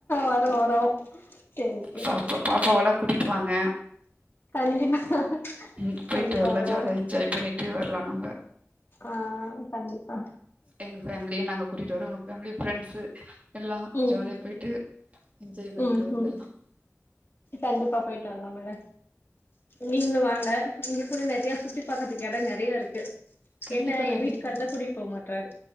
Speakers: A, on the left; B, on the right.
A: வரு வரு சேரி சேரி
B: பாப்பா
A: சேரி
B: பாப்பாவலா கூட்டிட்டு வாங்க
A: கண்டிப்பா
B: உம் போயிட்டு
A: கண்டிப்பா
B: வரலாம்
A: வரு
B: ஜாலி ஆஹ் என்ஜாய் பண்ணிட்டு வரலாம் நம்ம
A: ஆஹ் கண்டிப்பா
B: எங்க ஃபேமிலியு நாங்க கூட்டிட்டு வரோ உங்க ஃபேமிலி ப்ரெண்ட்ஸ் எல்லா
A: ம்
B: ஜாலியா போயிட்டு என்ஜாய் பண்ணிட்டு
A: ம்
B: வந்தலாம்
A: ம் கண்டிப்பா போயிடு வரலாம் மேடம் நீங்களும் வாங்க இங்க கூட நிறைய சுத்தி பக்க இ கடை நிறைய இருக்கு
B: கண்டிப்பா
A: என்ன என்
B: கண்டிப்பா
A: வீட்டுக்காரு தான் கூட்டிடு போமாட்டறாரு